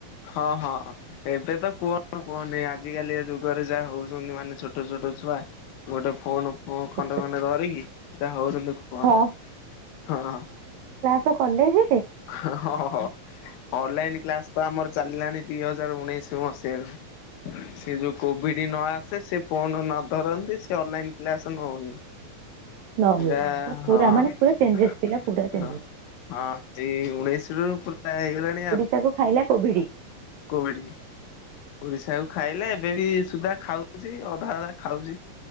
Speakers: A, on the left; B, on the right.
A: ହଁ-ହଁ, ଏବେ ତ କଣ କୁହନି ଆଜିକାଲିକା ଏ ଯୁଗରେ ଯାହା ହଉଛନ୍ତି ମାନେ ଛୋଟ-ଛୋଟ ଛୁଆ, ଗୋଟେ ଫୋନ, ହଁ
B: ଛୋଟ
A: ଖଣ୍ଡେ-ଖଣ୍ଡେ
B: ଛୁଆ।
A: ଧରିକି ଯାହା ହଉଛନ୍ତି କୁହ
B: ହଁ
A: ହଁ,
B: ତୁ କଲେଜ୍ ଜାଇହେ?
A: ହଁ-ହଁ-ହଁ ଅନଲାଇନ କ୍ଲାସ ତ ଆମର ଚାଲିଲାଣି ଦି ହଜାର ଉଣେଇଶ ମସିହାରୁ, ସେ ଯୋଉ କୋଭିଡ ନ ଆସେ ସେ ଫୋନ ନ ଧରନ୍ତି ସେ ଅନଲାଇନ୍ କ୍ଲାସ ନ ହୁଏ,
B: ନ ହୁଏ
A: ନା
B: ତ ପୁରା
A: ହଁ-ହଁ-ହଁ,
B: ମାନେ ପୁରା ଚେଞ୍ଜେସ୍ ପିଲା ପୁରା ଚେଞ୍ଜେସ୍
A: ତେଇ ଉଣେଇଶି ରୁ ପୁରା ହେଇଗଲାଣି ଆଉ,
B: ତାକୁ ଖାଇଲା କୋଭିଡ଼ି,
A: କୋଉଡି ଓଡ଼ିଶା କୁ ଖାଇଲେ ଏବେ ବି ସୁଦ୍ଧା ଖାଉଛି ଅଧା-ଅଧା, ଖାଉଛି